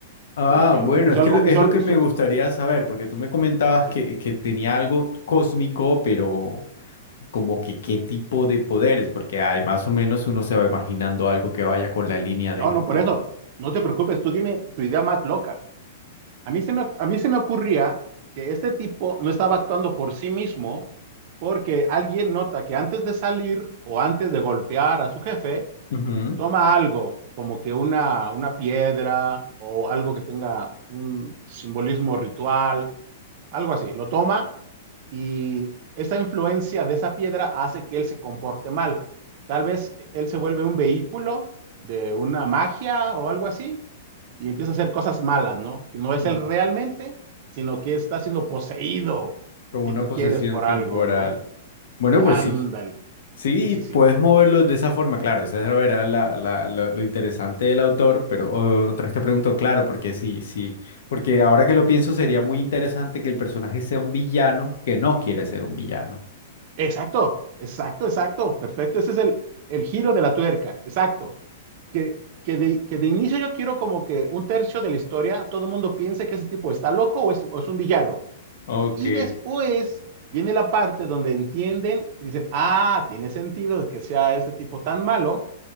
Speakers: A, on the left; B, on the right.
A: Ah,
B: que, que
A: bueno,
B: hizo
A: es que
B: algo,
A: lo- es
B: hizo,
A: lo
B: al-
A: que
B: hizo,
A: me gustaría saber, porque tú me comentabas
B: sí.
A: que, que tenía algo cósmico, pero como que qué tipo de poderes, porque hay más o menos uno se va imaginando algo que vaya con la línea
B: No,
A: de,
B: no,
A: de-
B: por eso, no te preocupes, tú dime tu idea más loca. A mí se me, a mí se me ocurría que este tipo no estaba actuando por sí mismo porque alguien nota que antes de salir o antes de golpear a su jefe,
A: Ujú.
B: Toma
A: <laughs>
B: algo, como que una, una piedra o algo que tenga un simbolismo ritual, algo así. Lo toma y esa influencia de esa piedra hace que él se comporte mal. Tal vez e, él se vuelve un vehículo de una magia o algo así y empieza a hacer cosas malas, ¿no? Que no es
A: Mm,
B: él realmente, sino que está siendo poseído,
A: Como
B: si
A: una
B: tú
A: posesión
B: quieres, por
A: temporal.
B: algo, ¿no?
A: Bueno,
B: Ándale.
A: pues sí, Sí,
B: Sí, sí, sí.
A: puedes moverlo de esa forma, claro, Esa era la, la- la- lo interesante del autor, pero o- otra vez te pregunto, claro, porque sí, sí, porque ahora que lo pienso sería muy interesante que el personaje sea un villano que no quiere ser un villano.
B: Exacto, exacto, exacto, perfecto. Ese es el, el giro de la tuerca, exacto. Que, que, de, que de inicio yo quiero como que un tercio de la historia, todo el mundo piense que ese tipo está loco o es, o es un villano.
A: Ok.
B: Y después viene la parte donde entienden y dicen, ah, tiene sentido que sea ese tipo tan malo,